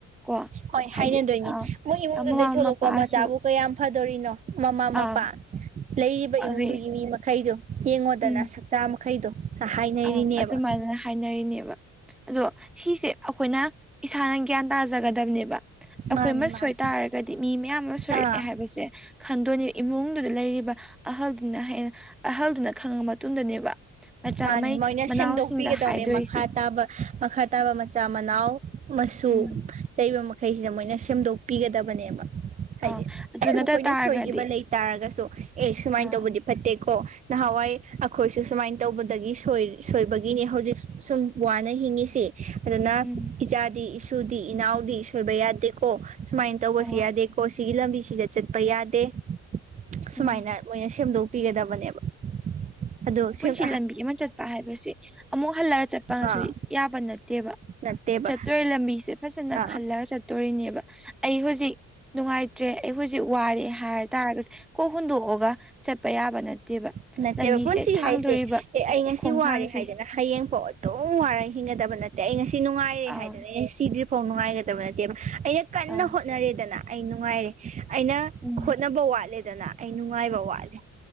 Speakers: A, in the centre; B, on the right.
A: ꯀꯣ
B: ꯍꯣꯏ
A: ꯍꯥꯏꯗꯤ
B: ꯍꯥꯏꯅꯗꯣꯏꯅꯦ ꯃꯣꯏ ꯏꯃꯨꯡꯗꯨꯗꯩ
A: ꯑ ꯃꯃꯥ
B: ꯊꯣꯛꯂꯛꯄ
A: ꯃꯄꯥꯁꯨ
B: ꯃꯆꯥꯕꯨ ꯀꯌꯥꯝ ꯐꯗꯣꯔꯤꯅꯣ ꯃꯃꯥ ꯃꯄꯥ
A: ꯑꯥ
B: ꯂꯩꯔꯤꯕ
A: ꯑꯔꯦ
B: ꯏꯃꯨꯡꯗꯨꯒꯤ ꯃꯤ ꯃꯈꯩꯗꯣ ꯌꯦꯡꯉꯣꯗꯅ
A: ꯎꯝ
B: ꯁꯛꯇꯥ ꯃꯈꯩꯗꯣ ꯍꯥꯏꯅꯔꯤꯅꯦꯕ
A: ꯑꯥ ꯑꯗꯨꯃꯥꯏꯅ ꯍꯥꯏꯅꯔꯤꯅꯦꯕ ꯑꯗꯣ ꯁꯤꯁꯦ ꯑꯩꯈꯣꯏꯅ ꯏꯁꯥꯅ ꯒ꯭ꯌꯥꯟ ꯇꯥꯖꯒꯗꯕꯅꯦꯕ
B: ꯃꯥꯅꯤ
A: ꯑꯩꯈꯣꯏ ꯑꯃ
B: ꯃꯥꯅꯤ
A: ꯁꯣꯏ ꯇꯥꯔꯒꯗꯤ ꯃꯤ ꯃꯌꯥꯝ ꯑꯃ ꯁꯣꯏꯔꯛꯑꯦ
B: ꯑꯥ
A: ꯍꯥꯏꯕꯁꯦ ꯈꯪꯗꯣꯏꯅꯤ ꯏꯃꯨꯡꯗꯨꯗ ꯂꯩꯔꯤꯕ ꯑꯍꯜꯗꯨꯅ ꯍꯦꯟꯅ ꯑꯍꯜꯗꯨꯅ ꯈꯪꯉ ꯃꯇꯨꯡꯗꯅꯦꯕ ꯃꯆꯥꯃꯩ
B: ꯃꯥꯅꯦ ꯃꯣꯏꯅ
A: ꯃꯅꯥꯎꯁꯤꯡꯗ
B: ꯁꯦꯝꯗꯣꯛꯄꯤꯒꯗꯧꯅꯦ
A: ꯍꯥꯏꯗꯣꯔꯤꯁꯤ
B: ꯃꯈꯥ ꯇꯥꯕ ꯃꯈꯥ ꯇꯥꯕ ꯃꯆꯥ ꯃꯅꯥꯎ ꯃ ꯇꯨ
A: ꯎꯝ
B: ꯂꯩꯕ ꯃꯈꯩꯁꯤꯗ ꯃꯣꯏꯅ ꯁꯦꯝꯗꯣꯛꯄꯤꯒꯗꯕꯅꯦꯕ ꯍꯥꯏꯗꯤ
A: ꯑꯥ ꯑꯗꯨ ꯅꯠꯇ
B: ꯃꯈꯣꯏꯅ
A: ꯇꯥꯔꯒꯗꯤ
B: ꯁꯣꯏꯈꯤꯕ ꯂꯩ ꯇꯥꯔꯒꯁꯨ ꯑꯦ ꯁꯨꯃꯥꯏꯅ
A: ꯑꯥ
B: ꯇꯧꯕꯗꯤ ꯐꯠꯇꯦ ꯀꯣ ꯅꯍꯥꯟꯋꯥꯏ ꯑꯩꯈꯣꯏꯁꯦ ꯁꯨꯃꯥꯏꯅ ꯇꯧꯕꯗꯒꯤ ꯁꯣꯢ ꯁꯣꯢꯕꯒꯤꯅꯤ ꯍꯧꯖꯤꯛ ꯁꯨꯝ ꯋꯥꯅ ꯍꯤꯡꯉꯁꯤ ꯑꯗꯨꯅ
A: ꯎꯝ
B: ꯏꯆꯥꯗꯤ ꯏꯁꯨꯗꯤ ꯏꯅꯥꯎꯗꯤ ꯁꯣꯏꯕ ꯌꯥꯗꯦꯀꯣ ꯁꯨꯃꯥꯏꯅ ꯇꯧꯕꯁꯦ
A: ꯑꯥ
B: ꯌꯥꯗꯦꯀꯣ ꯁꯤꯒꯤ ꯂꯝꯕꯤꯁꯤꯗ ꯆꯠꯄ ꯌꯥꯗꯦ ꯁꯨꯃꯥꯏꯅ
A: ꯎꯝ
B: ꯃꯣꯏꯅ ꯁꯦꯝꯗꯣꯛꯄꯤꯒꯗꯕꯅꯦꯕ ꯑꯗꯣ ꯁꯦꯝ
A: ꯁꯤ ꯂꯝꯕꯤ ꯑꯃ ꯆꯠꯄ ꯍꯥꯏꯕꯁꯦ ꯑꯃꯨꯛ ꯍꯜꯂꯒ ꯆꯠꯄꯒꯁꯨ
B: ꯑꯥ
A: ꯌꯥꯕ ꯅꯠꯇꯦꯕ
B: ꯅꯠꯇꯦꯕ
A: ꯆꯠꯇꯣꯔꯤ ꯂꯝꯕꯤꯁꯦ ꯐꯖꯅ
B: ꯑꯥ
A: ꯈꯜꯂꯒ ꯆꯠꯇꯣꯔꯤꯅꯦꯕ ꯑꯩ ꯍꯨꯖꯤꯛ ꯅꯨꯡꯉꯥꯏꯇ꯭ꯔꯦ ꯑꯩꯈꯣꯏꯖꯤꯛ ꯋꯥꯔꯦ ꯍꯥꯏ ꯇꯥꯔꯒꯁ ꯀꯣꯛ ꯍꯨꯟꯗꯣꯛꯑꯒ ꯆꯠꯄ ꯌꯥꯕ ꯅꯠꯇꯦꯕ
B: ꯅꯠꯇꯦꯕ
A: ꯂꯝꯕꯤꯁꯦ
B: ꯄꯨꯟꯁꯤ
A: ꯊꯥꯡꯗꯣꯔꯤꯕ
B: ꯍꯥꯏꯁꯦ ꯑꯦ ꯑꯩ ꯉꯁꯤ
A: ꯈꯣꯡꯊꯥꯡꯁꯦ
B: ꯋꯥꯔꯦ ꯍꯥꯏꯗꯅ ꯍꯌꯦꯡꯐꯥꯎ ꯑꯗꯨꯝ ꯋꯥꯔꯒ ꯍꯤꯡꯒꯗꯕ ꯅꯠꯇꯦ ꯑꯩ ꯉꯁꯤ ꯁꯤ ꯅꯨꯡꯉꯥꯏꯔꯦ
A: ꯑꯥ
B: ꯍꯥꯏꯗꯅ ꯑꯩ ꯁꯤꯗ꯭ꯔꯤꯐꯥꯎ ꯅꯨꯡꯉꯥꯏꯒꯗꯕ ꯅꯠꯇꯦꯕ ꯑꯩꯅ ꯀꯟꯅ
A: ꯑꯥ
B: ꯍꯣꯠꯅꯔꯦꯗꯅ ꯑꯩ ꯅꯨꯡꯉꯥꯏꯔꯦ ꯑꯩꯅ
A: ꯎꯝ
B: ꯍꯣꯠꯅꯕ ꯋꯥꯠꯂꯦꯗꯅ ꯑꯩ ꯅꯨꯡꯉꯥꯏꯕ ꯋꯥꯠꯂꯦ